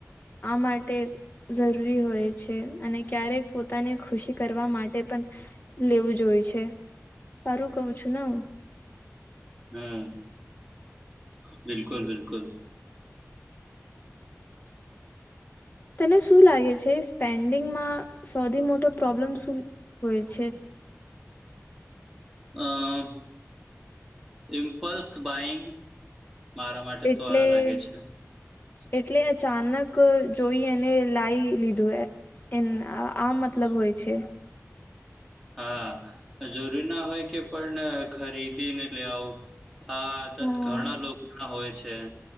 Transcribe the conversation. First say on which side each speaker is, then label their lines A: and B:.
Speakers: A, on the left; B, in the centre.
A: આ માટે જરૂરી હોય છે અને ક્યારેક પોતાની ખુશી કરવા માટે પણ લેવું જોય છે સારું કું છું ને હું
B: હમ બિલકુલ બિકુલ
A: તને શું લાગે છે સ્પેન્ડિંગમાં સૌથી મોટો પ્રોબ્લેમ શું હોય છે
B: હ ઇમ્પલ્સ બાઈંગ. મારા માટે
A: એટલે.
B: તો આ લાગે છે
A: એટલે અચાનક જોઈ એને લાયે જોઈએ એ આમ મતલબ હોય છે.
B: હા જરૂરી ના હોય કે પણ ખરીદીને એટ લેવું હા આદત
A: હમ.
B: ઘણા લોકો ના હોય છે.